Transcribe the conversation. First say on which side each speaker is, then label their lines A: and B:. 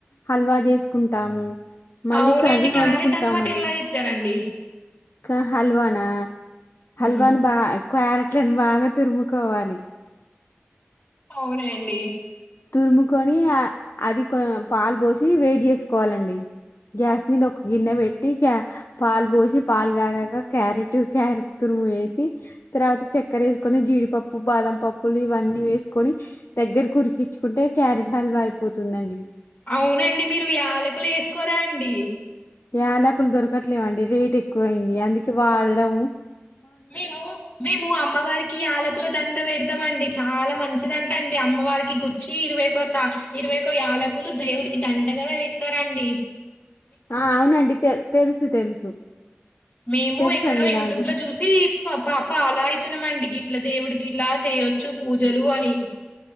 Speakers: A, on the left; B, on the left.
A: హల్వా జేసుకుంటాము. మళ్ళి
B: అవునండి
A: కర్రీ
B: క్యారెట్
A: ఒండుకుంటామండి
B: అలవాటు ఎలా జేత్తరండి?
A: క హల్వానా హల్వాను
B: హ్మ్.
A: బా క్వ్యారెట్లలను బాగా తురుముకోవాలి
B: అవునండి
A: తురుముకొనీ, అ అది కొ పాలు బోసీ, వేడ్ జేసుకోవాలండి. గ్యాస్ మీద ఒక గిన్నె వెట్టి క్య పాల్ బోసి పాల్ గాగాక క్యారెట్ క్యారెట్ తుర్. వేసి తరవాత చక్కరేసుకొని,, జీడిపప్పు, బాదాంపప్పులు, ఇవన్ని వేసుకొని దగ్. గెర్ కురికిచ్చుకుంటే క్యారట్ హల్వా అయిపోతుందండి.
B: అవునండి మీరు యాలకులు ఏసుకోరా అండి
A: యాలకులు దొరకట్లేవండి రేట్ ఎక్కువయింది అందుకే వాళడం
B: మేమూ మేము అమ్మవారికి యాలకుల దండ వెడి టమండి చాలా మంచిదంట అండి అమ్మవారికి కుచ్చీ ఇరవై పోతా ఇరవైకో యాలకులు దేవుడి. కి దండగవే వేత్తరండి
A: ఆ అవునండి తె తెలుసు తెలుసు
B: మేమూ
A: తెలుసండి
B: ఎక్కడో యూట్యూబ్
A: నాకు కూడా
B: లో చూసీ ఫ పా ఫాలో అయితున్నమండి, ఇట్ల దేవుడికి ఇలా చేయొచ్చు పూజలు అని.